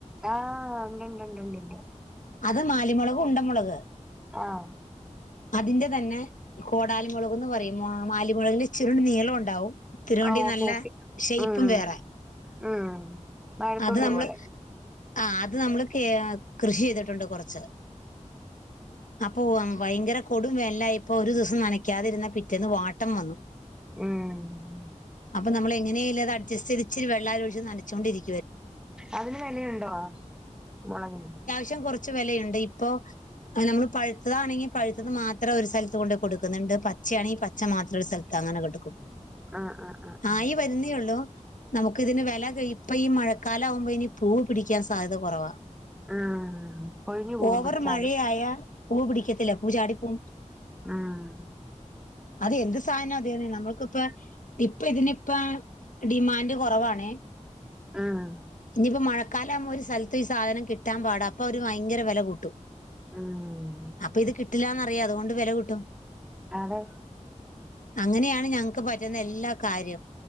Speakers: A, in the centre; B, on the left.
A: ആഹ് ഇണ്ട് ണ്ട് ണ്ട് ണ്ട് ണ്ട്.
B: അത് മാലിമൊളക് ഉണ്ടമൊളക്.
A: ആഹ്
B: അതിന്റെ തന്നെ കോടാലിമൊളകുന്ന് പറയും മാ മാലിമൊളകിൻ്റെ ഇച്ചിരൂടിം നീളുണ്ടാവും. ത്തിരോണ്ടി
A: ആഹ് ഓക്കെ
B: നല്ല
A: ഓക്കെ
B: ഷെയ്പ്പും
A: ഉം
B: വേറെ.
A: ഉം വാഴത്തുള്ളി
B: അത് നമ്മള്
A: പോലെ
B: ആഹ് അത് നമ്മള് കേ കൃഷി ചെയ്തിട്ടുണ്ട് കൊറച്ച്. അപ്പൊ വം വയങ്കര കൊടും വേൻലായപ്പൊ ഒരു ദൊവസം നനയ്ക്കാതിരുന്ന പിറ്റേന്ന് വാട്ടം വന്നു.
A: ഉം
B: അപ്പൊ നമ്മളെങ്ങനെല്ലത് അഡ്ജസ്റ്റെയ്‌ത് ഇച്ചിരി വെള്ളാ ഒഴിച്ച് നനച്ചോകൊണ്ടിരി
A: അതിന് വെലയുണ്ടോ മൊളകിന്?
B: ഷം കൊറച്ച് വെലയുണ്ട്. ഇപ്പോ അഹ് നമ്മള് പഴ്ത്തതാണെങ്കി പഴ്ത്തത് മാത്രം ഒരു സ്ഥൽത്ത് കൊണ്ട് കൊടുക്ക്ന്ന്ണ്ട് പച്ച്യാണെങ്കി പച്ച മാത്രൊര് സ്ഥൽ തങ്ങനെ കൊട്ക്കും.
A: ആഹ് ആഹ് ആഹ് ആഹ്
B: ആയി വെര്ന്നേള്ളൂ നമുക്കിതിന് വെല ക്ക് ഇപ്പ ഈ മഴക്കാലാവുമ്പോ ഇനി പൂ പിടിക്കാൻ സാധ്യത കൊറവാ.
A: ഉം കൊഴിഞ്ഞു പോവും
B: ഓവർ
A: പിടിച്ചാലും
B: മഴയായ പൂ പിടിക്കത്തില്ല പൂ ചാടിപ്പോവും.
A: ആഹ്
B: അത് എന്ത് സാനാതെന്നെ നമ്മൾക്കിപ്പ ഇപ്പ തിനിപ്പ ഡിമാൻഡ് കൊറവാണെ
A: ഉം
B: ഇനിയിപ്പോ മഴക്കാലാവുമ്പോ ഒരു സ്ഥൽത്ത് ഈ സാധനം കിട്ടാൻ പാട അപ്പ വര് വയങ്കര വെല കൂട്ടും.
A: ഉം
B: അപ്പ ഇത് കിട്ടില്ലാന്നറിയാം അത്കൊണ്ട് വെല കൂട്ടും.
A: അതെ
B: അങ്ങനെണ് ഞങ്ങക്ക് പറ്റ്ന്ന എല്ലാ കാര്യും.